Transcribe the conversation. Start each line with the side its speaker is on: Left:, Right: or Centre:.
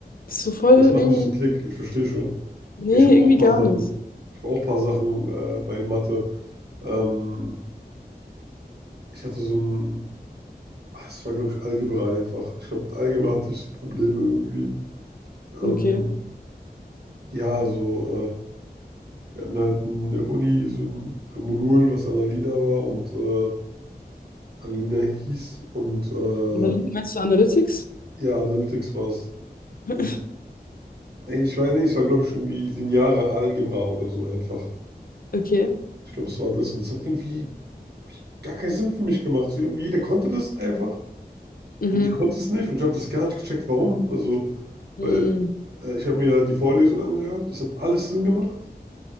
Left: ist so voll
Right: Jetzt mach
Left: irgendwie.
Right: nicht so Klick, ich verstehe schon.
Left: Nee,
Right: Ich habe
Left: irgendwie
Right: auch ein paar
Left: gar
Right: Sachen.
Left: nicht.
Right: Ich habe auch ein paar Sachen äh, bei Mathe. Ähm, ich hatte so ein, ach, es war, glaube ich, Algebra einfach. Ich glaube, mit Algebra hatte ich so Probleme irgendwie. Ähm,
Left: Okay.
Right: ja, so, äh, wir hatten halt in der Uni so ein Modul, was Annalina war und äh, Annalina hieß und äh,
Left: Und dann meinst du Analytics?
Right: ja, Analytics war es.
Left: <laughs>
Right: Und nee, ich weiß nicht, es war, glaube ich, irgendwie lineare Algebra oder so einfach.
Left: Okay.
Right: Ich glaube, es war das und es hat irgendwie gar keinen Sinn für mich gemacht. So irgendwie, jeder konnte das einfach
Left: Mhm.
Right: und ich konnte es nicht und ich habe das gar nicht gecheckt, warum. Also,
Left: Hm.
Right: weil äh, ich habe mir halt die Vorlesung angehört, das hat alles Sinn gemacht